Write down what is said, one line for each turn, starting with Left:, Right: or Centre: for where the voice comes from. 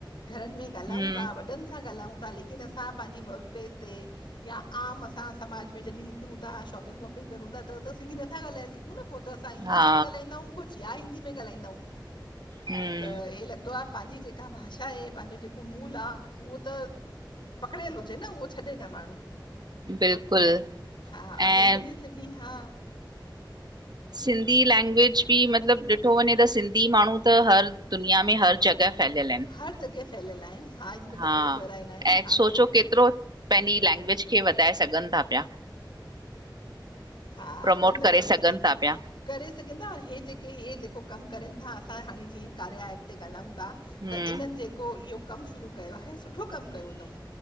Left: घरनि में ॻाल्हायूं
Right: हम्म
Left: था, वॾनि सां ॻाल्हायूं था, लेकिन असां पंहिंजी वर्कप्लेस ते या आम असां समाज में जॾहिं निकरूं था शॉपिंग वॉपिंग करूं था त असां सिंधी नथा ॻाल्हाए सघूं न। पो त असां इंग्लिश
Right: हा
Left: में ॻाल्हाईंदाऊूं कुछु या हिंदी में ॻाल्हाईंदाऊूं
Right: हम्म
Left: त हे लॻदो आ पांजी जेका भाषा आहे, पांजो जेको मूल आ उहो त पकड़ियल हुजे न, उहो छॾे न माण्हू।
Right: बिल्कुल
Left: हा और
Right: ऐं
Left: हेसन सिनी हा <unintelligible>
Right: सिंधी लैंग्वेज बि मतलबु ॾिठो वञे त सिंधी माण्हू त हर, दुनिया में हर जॻह साजल आहिनि।
Left: हर जॻहि फैलियल आहिनि। हिन में त
Right: हा
Left: कोई ॿ राय न आहिनि
Right: ऐं
Left: हा
Right: सोचो केतिरो पंहिंजी लैंग्वेज खे वधाए सघनि था पिया।
Left: हा,
Right: प्रमोट
Left: न, न
Right: करे सघनि
Left: असां
Right: था पिया!
Left: करे सघंन था और हे हे जेके इहे जेको कमु करनि था असां हाणे जीअं कार्य एप ते ॻाल्हायूं था
Right: हम्म
Left: त इन्हनि जेको इहो कमु शुरू कयो आहे, सुठो कमु कयो थऊं,